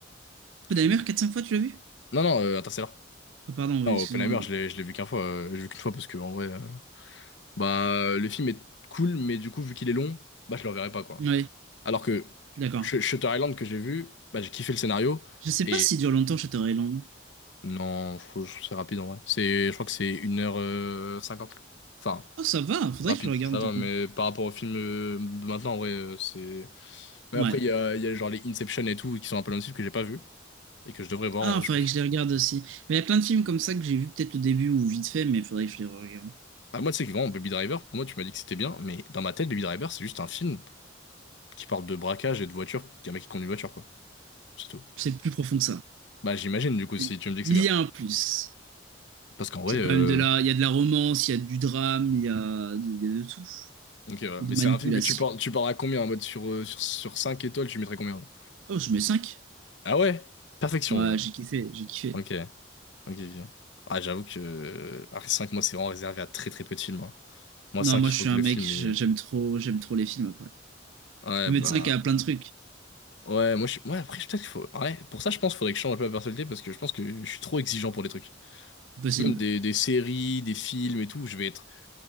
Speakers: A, on the right; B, on the left.
A: Oppenheimer,
B: je suis-
A: quatre cinq fois, tu l'as vu?
B: Non, non, euh, Interstellar.
A: Oh, pardon,
B: Non,
A: oui, excuse-moi.
B: Oppenheimer, je l'ai, je l'ai vu qu'une fois, euh, je l'ai vu qu'une fois parce que, en vrai, euh, bah, le film est cool, mais du coup, vu qu'il est long, bah, je le reverrai pas, quoi.
A: Ouais,
B: Alors que
A: je suis d'accord.
B: Sh- Shutter Island que j'ai vu, bah, j'ai kiffé le scénario.
A: Je sais
B: Et
A: pas si dure longtemps Shutter Island.
B: non, je trouve- c'est rapide en vrai. C'est, je crois que c'est une heure euh, cinquante. Enfin,
A: Oh, ça va, faudrait
B: rapide,
A: que je le regarde
B: ça
A: du
B: va,
A: coup.
B: mais par rapport au film euh, de maintenant, en vrai, euh, c'est. Mais
A: Ouais.
B: après, il y a, il y a genre les Inception et tout qui sont un peu dans le style que j'ai pas vu et que je devrais voir
A: Ah,
B: en vrai,
A: faudrait
B: je pense.
A: que je les regarde aussi. Mais il y a plein de films comme ça que j'ai vu peut-être le début ou vite fait, mais faudrait que je les regarde.
B: Ah, moi, tu sais que vraiment, Baby Driver, pour moi, tu m'as dit que c'était bien, mais dans ma tête, Baby Driver, c'est juste un film qui parle de braquage et de voiture, qu'un mec qui conduit une voiture, quoi. C'est tout.
A: C'est plus profond que ça.
B: Bah, j'imagine, du coup, si
A: C'est
B: tu me dis
A: bien
B: que c'est bien.
A: plus.
B: Parce qu'en vrai,
A: C'est
B: euh,
A: quand même de la... Il y a de la romance, il y a du drame, il y a de, il y a de tout.
B: Ok, ouais.
A: Et
B: Mais
A: de
B: c'est
A: manipulation.
B: un film que tu pars, tu pars à combien? En mode sur, euh, sur, sur 5 étoiles, tu mettrais combien, genre?
A: Oh, je mets 5.
B: Ah ouais? Perfection,
A: Ouais,
B: genre.
A: j'ai kiffé, j'ai kiffé.
B: Ok, ok, ok. Ah, j'avoue que euh, après 5, moi, c'est vraiment réservé à très très peu de films. hein. Moi,
A: Non,
B: 5,
A: moi
B: il
A: je
B: faut
A: suis
B: que
A: un
B: le
A: mec,
B: film.
A: je-
B: il-
A: j'aime trop, j'aime trop les films après.
B: Ouais,
A: Je peux mettre
B: bah.
A: cinq à plein de trucs,
B: Ouais, moi, je suis. Ouais, après, peut-être qu'il faut. Ouais, pour ça, je pense qu'il faudrait que je change un peu ma personnalité parce que je pense que je suis trop exigeant pour des trucs.
A: c'est possible.
B: Même des, des séries, des films et tout, je vais être.